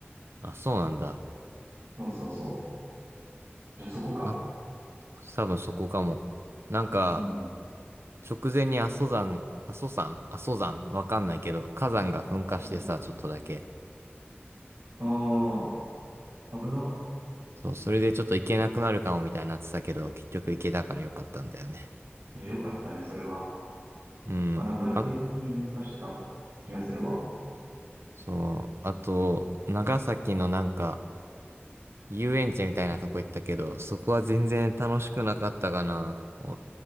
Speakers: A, on the right (about 75°); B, on the right (about 60°).
A: あ、そうなんだ。
B: そうそうそう。じゃあそこか。
A: あ、多分そこかも。なんか、
B: うん。
A: 直前に阿蘇山、阿蘇山、阿蘇山、わかんないけど、火山が噴火してさ、
B: うん、
A: ちょっとだけ。
B: ああ、危な。
A: そう、それでちょっと行けなくなるかもみたいになってたけど、結局行けたからよかったんだよね。
B: よかったね、それは。
A: うん、
B: まあでもなんか定期的に噴火してた気がするわ。
A: あ、そう、あと、長崎のなんか、遊園地みたいなとこ行ったけど、そこは全然楽しくなかったかな。お